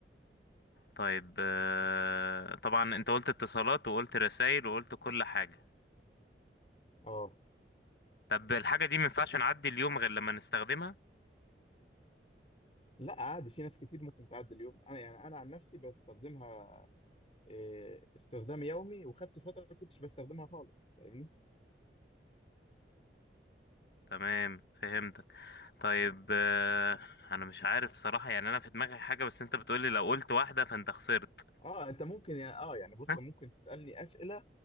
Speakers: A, on the left; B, on the left.
A: طيب آه... طبعا انت قلت اتصالات وقلت رسائل وقلت كل حاجة
B: اه
A: طب الحاجة دي مينفعش نعدي اليوم غير لما نستخدمها
B: لا عادي في ناس كتير ممكن تعدي اليوم انا يعني انا عن نفسي بستخدمها إيه، استخدام يومي وخدت فتره ما كنتش بستخدمها خالص فاهمني
A: تمام فهمتك طيب آه... انا مش عارف الصراحة يعني انا في دماغي حاجة بس انت بتقولي لو قلت واحدة فانت خسرت
B: اه انت ممكن يا- اه يعني بص
A: <laughs>
B: ممكن تسالني اسئله